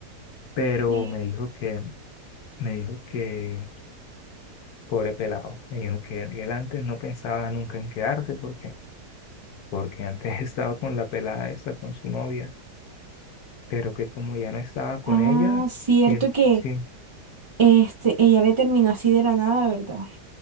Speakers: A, on the left; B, on the right.
A: pero
B: Sí.
A: me dijo que, me dijo que, pobre pelado, me dijo que él antes no pensaba nunca en quedarse, porque, porque antes <laughs> estaba con la pelada esa, con su novia, pero que como ya no estaba con
B: Ah,
A: ella,
B: cierto
A: él
B: que
A: sí
B: este, ella le terminó así de la nada, ¿verdad?